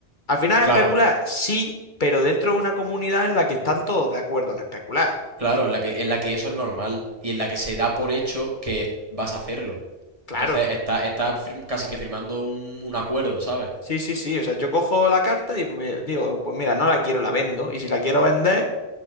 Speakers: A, on the left; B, on the right.
A: Al final
B: claro,
A: es especular, sí, pero dentro de una comunidad en la que están todos de acuerdo en especular,
B: claro,
A: ¿no?
B: en la que, en la que eso es normal y en la que se da por hecho que vas a hacerlo.
A: Claro.
B: Entonces está, está fir- casi que firmando un, un acuerdo, ¿sabes?
A: Sí, sí, sí. O sea, yo cojo la carta y pues, me- digo, pues mira, no la quiero, la vendo. Y si la quiero vender,